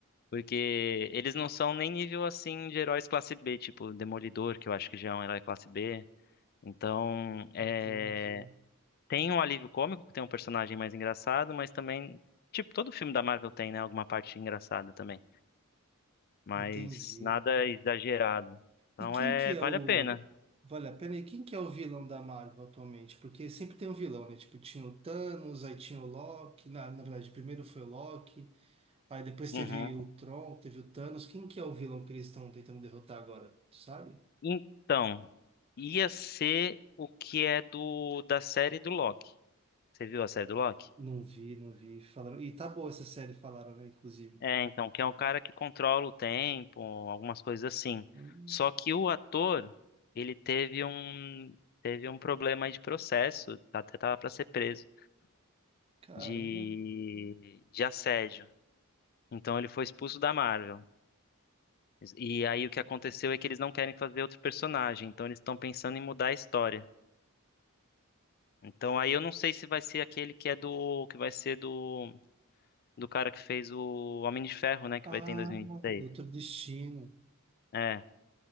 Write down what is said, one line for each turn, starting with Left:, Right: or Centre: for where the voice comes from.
Left: Porque eles não são nem nível assim de heróis classe B, tipo Demolidor, que eu acho que já é um herói classe B. Então, é...
Right: Entendi,
Left: tem um alívio cômico, que tem um personagem mais engraçado, mas também, tipo, todo filme da Marvel tem, né, alguma parte engraçada também, mas
Right: entendi.
Left: nada exagerado. Então,
Right: E quem
Left: é,
Right: que é
Left: vale
Right: o.
Left: a pena.
Right: Vale a pena, e quem que é o vilão da Marvel atualmente? Porque sempre tem um vilão, né? Tipo, tinha o Thanos, aí tinha o Loki. Na, na verdade, primeiro foi o Loki, aí depois
Left: Uhum.
Right: teve o Tron, teve o Thanos. Quem que é o vilão que eles estão tentando derrotar agora? Tu sabe?
Left: Então, ia ser o que é do da série do Loki. Você viu a série do Loki?
Right: Não vi, não vi. Falaram. E tá boa essa série, falaram, né? Inclusive.
Left: É, então, que é um cara que controla o tempo, algumas coisas assim.
Right: Hum,
Left: Só que o ator, ele teve um teve um problema aí de processo, tá- até tava para ser preso
Right: caramba.
Left: de de assédio. Então ele foi expulso da Marvel. E aí o que aconteceu é que eles não querem fazer outro personagem, então eles estão pensando em mudar a história. Então aí eu não sei se vai ser aquele que é do que vai ser do do cara que fez o Homem de Ferro, né, que
Right: Ah,
Left: vai ter em 2026.
Right: Doutor Destino.
Left: É.